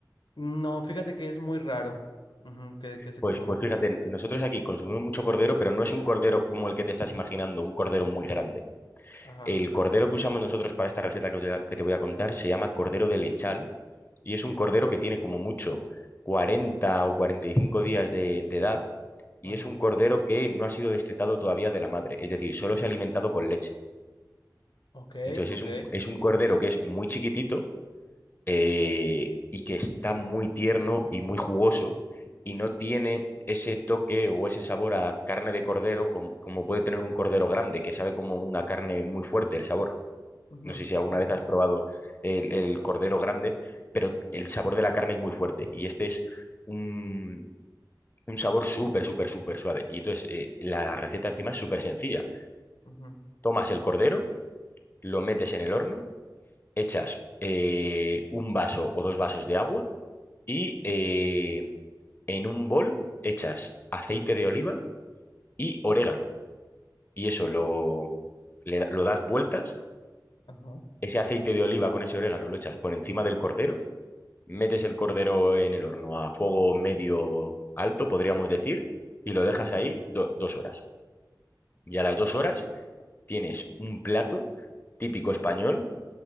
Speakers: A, on the left; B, on the left.
A: No, fíjate que es muy raro ujú, que, que se
B: Pues,
A: consuma.
B: pues fíjate, nosotros aquí consumimos mucho cordero, pero no es un cordero como el que te estás imaginando, un cordero muy grande.
A: Ajá,
B: El cordero que usamos nosotros para esta receta que te, voy a que te voy a contar se llama cordero de lechal y es un cordero que tiene como mucho 40 o 45 días de, de edad y
A: ajá.
B: es un cordero que no ha sido destetado todavía de la madre, es decir, solo se ha alimentado con leche.
A: Ok,
B: Entonces
A: ok.
B: es un, es un cordero que es muy chiquitito eh, y que está muy tierno y muy jugoso y no tiene ese toque o ese sabor a carne de cordero com- como puede tener un cordero grande, que sabe como una carne muy fuerte el sabor.
A: Ujú,
B: No sé si alguna
A: Sí,
B: vez
A: sí.
B: has probado el, el cordero grande, pero el sabor de la carne es muy fuerte y este es un, un sabor súper, súper, súper suave. Y entonces eh, la receta encima es súper sencilla.
A: Ujú,
B: Tomas el cordero, lo metes en el horno, echas eh, un vaso o dos vasos de agua, y eh, en un bol echas aceite de oliva y orégano. Y eso lo, le- lo das vueltas.
A: Ajá,
B: Ese aceite de oliva con ese orégano lo echas por encima del cordero. Metes el cordero en el horno a fuego medio alto, podríamos decir, y lo dejas
A: ok.
B: ahí do- dos horas. Y a las dos horas tienes un plato típico español